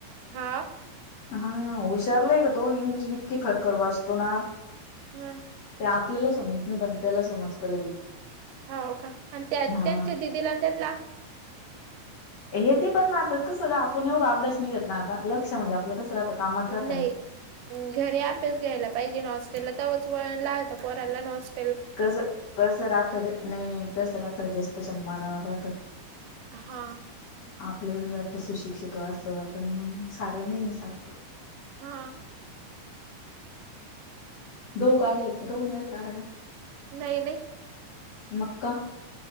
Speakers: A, on the right; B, on the left.
A: हा.
B: हा हुशार लय गं तो इंग्लिश बी इतकी खडखड वाचतो ना.
A: हां.
B: त्या आपल्याला समजत नाही पण त्याला समजत लगे.
A: हवप का आणि त्या
B: हा
A: त्यांच्या दिदीला आणि त्यांला
B: येते पण म आता तो सगळं आपण एवढं अभ्यास नी घेत ना आता लक्ष म्हणजे आपलं कसं राहतं कामात राहतं
A: नाही
B: ना.
A: घरी अभ्यास घ्यायला पाहिजे ना हॉस्टेलला तेव्हाच वळनला येतो पोरानला ना हॉस्
B: कसं कसं राहत गं नाही कसं राहतं जश त्याच्या मनावर राहतं.
A: हा.
B: आपल्याला क नी वाटतं सुशिक्षित वा असं वा पण मंग सारं नाही ना सारखं.
A: हा.
B: दोऊ काढले गहूं न्याले काढायला.
A: नाही नाही.
B: मक्का